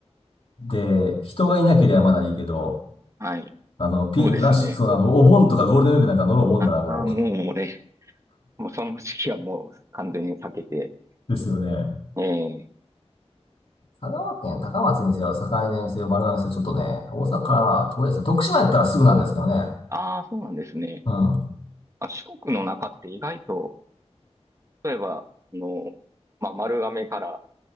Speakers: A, on the left; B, on the right.
A: で、人がいなければまだいいけど、
B: はい。
A: あの、ピン、
B: そうですね。
A: ラッシュ、そう、あの、お盆とかゴールデンウィークなんか乗ろうもんならも
B: ああ、もう俺、もうその時期はもう完全に避けて、
A: う <laughs> ですよね。
B: ええ
A: 香川県高松にせよ、堺田にせよ、丸亀にせよ、ちょっとね、大阪からは遠いですね。徳島やったらすぐなんですけどね。
B: うん、ああ、そうなんですね。
A: うん。うん。
B: あ、四国の中って意外と、例えば、あの、まあ、丸亀から